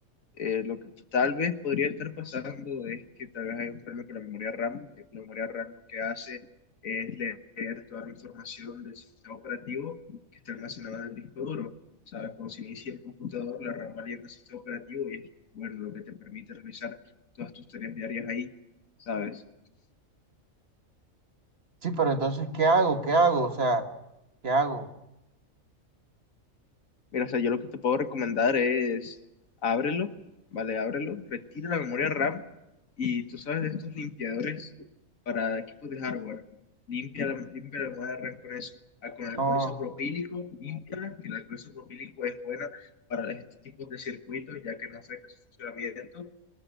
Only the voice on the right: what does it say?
Sí, pero entonces, ¿qué hago? ¿Qué hago? O sea, ¿qué hago?
No,